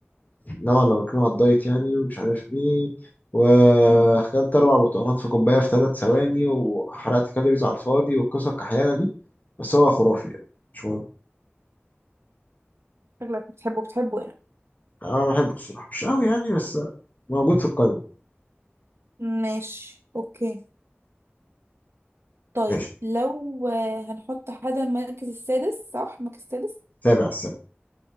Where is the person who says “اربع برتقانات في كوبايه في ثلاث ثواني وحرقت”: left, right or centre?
Left